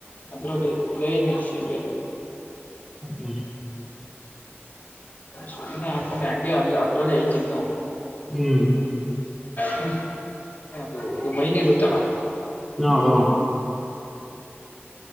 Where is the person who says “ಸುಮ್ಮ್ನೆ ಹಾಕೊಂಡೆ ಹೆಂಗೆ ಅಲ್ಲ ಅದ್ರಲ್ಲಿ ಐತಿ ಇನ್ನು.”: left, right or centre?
Left